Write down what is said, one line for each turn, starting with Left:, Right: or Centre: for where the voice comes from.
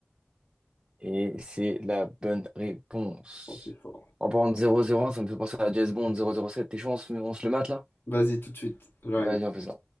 Right: Et c'est la bonne réponse.
Left: Oh, c'est fort.
Right: En parlant de 001, ça me fait penser à James Bond 007. T'es chaud, on se, on se le mate là?
Left: Vas-y, tout de suite, j'arrive.
Right: Vas-y, on fait ça.